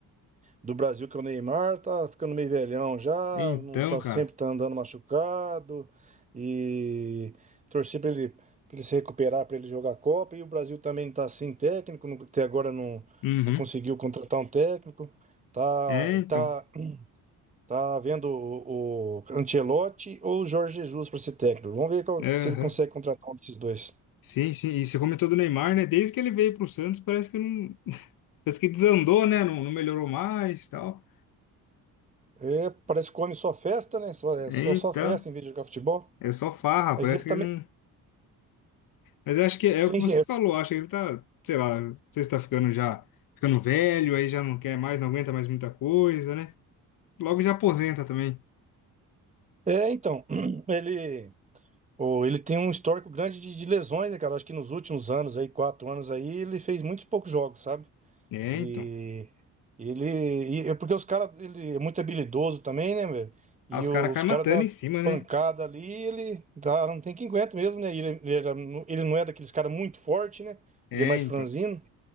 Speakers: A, on the right; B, on the left.
A: do Brasil, que é o Neymar, tá ficando meio velhão já,
B: Então,
A: não tá
B: cara.
A: sempre tá andando machucado e torcer para ele, pra ele se recuperar, para ele jogar a Copa. E o Brasil também tá sem técnico, não- até agora não,
B: Uhum.
A: não conseguiu contratar um técnico. Tá,
B: É, então.
A: tá Tá vendo o, o Ancelotti ou o Jorge Jesus para ser técnico. Vamos ver qual-
B: Aham.
A: se ele consegue contratar um desses dois.
B: Sim, sim. E você comentou do Neymar, né? Desde que ele veio pro Santos, parece que não, parece que desandou, né? Não, não melhorou mais, tal.
A: É, parece que come só festa, né? Só, é
B: Então,
A: só, só festa em vez de jogar futebol.
B: é só farra,
A: Mas
B: parece
A: ele também.
B: que não. Mas eu acho que é
A: Sim,
B: o que você
A: sim.
B: falou,
A: É,
B: acho que ele tá, sei lá, não sei se tá ficando já ficando velho, aí já não quer mais, não aguenta mais muita coisa, né? Logo já aposenta também.
A: É, então. <clears throat> Ele, o, ele tem um histórico grande de, de lesões, né, cara? Acho que nos últimos anos aí, quatro anos aí, ele fez muitos poucos jogos, sabe?
B: É,
A: E
B: então.
A: ele. e é porque os caras. Ele é muito habilidoso também, né, velho? E
B: Ah, os
A: os
B: caras caem
A: caras
B: matando
A: da
B: em cima,
A: pancada
B: né?
A: ali, ele dá, não tem quem aguenta mesmo, né? Ele, ele, era- ele não é daqueles caras muito forte, né?
B: É,
A: Ele é mais
B: então.
A: franzino.